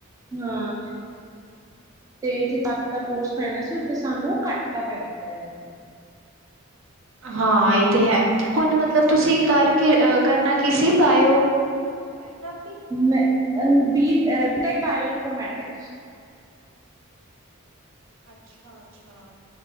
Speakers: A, on the right; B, on the right.
A: ਨਾ ਜੀ ਤੇ ਜੇ ਤੱਕ ਦਾ ਕੋਰਸ ਪੈਣਾ ਸੀ ਉੱਥੇ ਸਾਨੂੰ ਕੱਟ ਦਾ ਫੈਦਾ ਪਾਇਆ ਏ
B: ਹਾਂ, ਇਹ ਤੇ ਹੈ ਹੁਣ ਮਤਲਬ ਤੁਸੀਂ ਕਰ ਕੀ ਕਰਨਾ ਕੀ ਸੀ ਪਾਇਓ। ਬਾਇੋਗ੍ਰਫੀ
A: ਬ ਬੀੈ ਬਾਊ ਇਨਫੋਰਮੈਟਿਕ।
B: ਅੱਛਾ- ਅੱਛਾ।